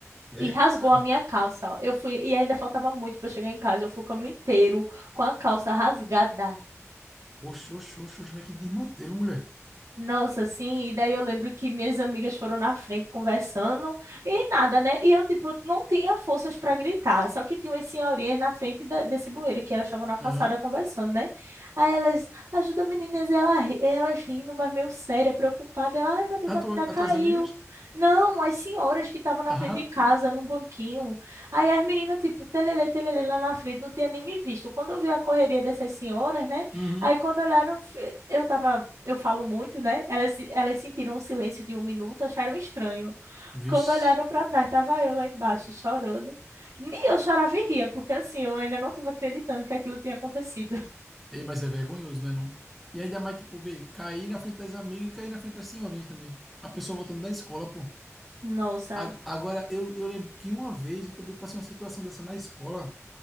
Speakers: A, on the right; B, in the centre.
A: e
B: Eca.
A: rasgou a minha calça. ó. Eu fui e ainda faltava muito para chegar em casa. Eu fui o caminho inteiro com a calça rasgada.
B: Oxe, oxe, oxe, oxe, como é que de mantê-lo, mulher.
A: Nossa, assim, e daí eu lembro que minhas amigas foram na frente conversando e nada, né? E eu, tipo, não tinha forças para gritar, só que tinha umas senhorinhas na frente da- desse bueiro que elas estavam na calçada
B: Aham.
A: conversando, né? Aí elas, ajuda meninas, e ela, ri- elas rindo, mas meio séria, preocupada. Ela, ai meu Deus,
B: A
A: a
B: tua,
A: menina caiu.
B: as tuas amigas?
A: Não, as senhoras que estavam na
B: Ah,
A: frente de casa,
B: tá.
A: num banquinho. Aí as meninas, tipo, telele, telele lá na frente, não tinha nem me visto. Quando eu vi a correria dessas senhoras, né?
B: Uhum.
A: Aí quando olharam, fe- eu tava eu falo muito, né? Elas, elas sentiram um silêncio de um minuto, acharam estranho.
B: Vixe.
A: Quando olharam para trás, estava eu lá embaixo chorando. Nem eu chorava e ria, porque assim, eu ainda não estava acreditando que aquilo tinha acontecido. <laughs>
B: Ei, mas é vergonhoso, não é não? E ainda mais, tipo, ver, cair na frente das amigas e cair na frente das senhorinhas também. A pessoa voltando da escola, pô.
A: Nossa.
B: A- Agora, eu, eu lembro que uma vez eu também passei uma situação dessa na escola.